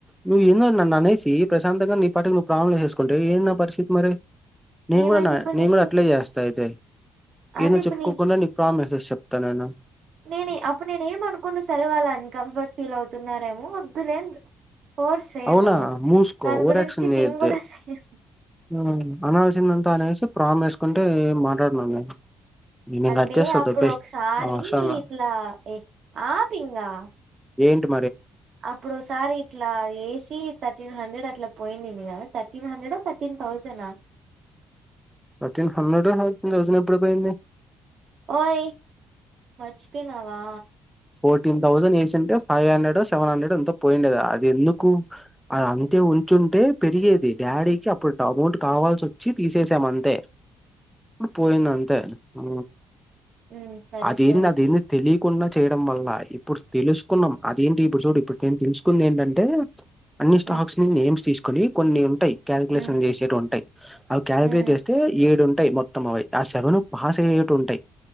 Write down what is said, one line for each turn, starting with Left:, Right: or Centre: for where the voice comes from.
Centre: నువ్వు ఏందో నన్ను అనేసి ప్రశాంతంగా నీ పాటికీ నువ్వు ప్రాములు చేసుకుంటే ఏంది నా పరిస్థితి మరి నే
Right: ఏమైంది
Centre: కూడా న
Right: ఇప్పుడు
Centre: నేన్
Right: నీకి
Centre: కూడా అట్లే చేస్తా అయితే
Right: అంటే
Centre: ఏందో
Right: ఇప్పుడు
Centre: చెప్పుకోకుండా నీ ప్రా మెసేజ్ చెప్తా నేను
Right: నేనీ అప్పుడు నేనే ఏమనుకోను సరే వాళ్ళు అన్కంఫర్ట్ ఫీల్ అవుతున్నారేమో వద్దులే అని ఫోర్స్ చేయను
Centre: అవునా ముూస్కో
Right: దాని
Centre: ఓవర్
Right: గురించి
Centre: యాక్షన్ చేయొదే
Right: థింక్ కూడా చేయను
Centre: ఊ అనాల్సి వచ్చిందంతా అనేసి ప్రామ్ వేసుకుంటే ఏం మాట్లాడన నేను నేను
Right: అంటే
Centre: కట్ చేస్తా
Right: అప్పుడు
Centre: దొబ్బెయ్
Right: ఒకసారి
Centre: అవసరమా
Right: ఇట్లా ఎ ఆ పింగా
Centre: ఏంటిప్
Right: అప్పుడు ఓ సారీ ఇట్లా ఏసి తర్టీన్ హండ్రెడ్ అట్లా పోయిందిని కదా తర్టీన్ హండ్రెడ తర్టీన్ తౌసండ్ ఆ
Centre: థర్టీన్ హండ్రెడ్ ఏ మరి థౌసండ్ ఎప్పుడు పోయింది
Right: ఓయ్ మచి పోయినవా
Centre: ఫోర్టీన్ థౌసండ్ వేసింటే ఫైవ్ హండ్రెడ్ ఓ సెవెన్ హండ్రెడ్ ఓ ఎంతో పోయిండేది అది ఎందుకు అది అంతే ఉం కూర్చుంటే పెరిగేది డాడీకి అప్పుడు అమౌంట్ కావాల్సి వచ్చి తీసేసాం అంతే ఇప్పుడు పోయింది అంతే ఆ
Right: ఉమ్ సరే
Centre: అదేంది
Right: సరే
Centre: అదేంది తెలిక్ కున్న చేయడం వల్ల ఇప్పుడు తెలుసుకున్నాం అదేంటి ఇప్పుడు చూడు ఇప్పటికేం తెలుసుకుంది ఏంటంటే అన్ని స్టాక్స్
Right: ఉమ్
Centre: ని నేమ్స్ తీసుకుని కొన్ని ఉంటాయి కాలికులేషన్
Right: ఉమ్
Centre: చేసేటవి ఉంటాయి అవి కాలికులేట్
Right: ఉమ్
Centre: చేస్తే ఏడు టయి మొత్తం అవి ఆ సెవెను పాస్ అయ్యేటవి ఉంటాయి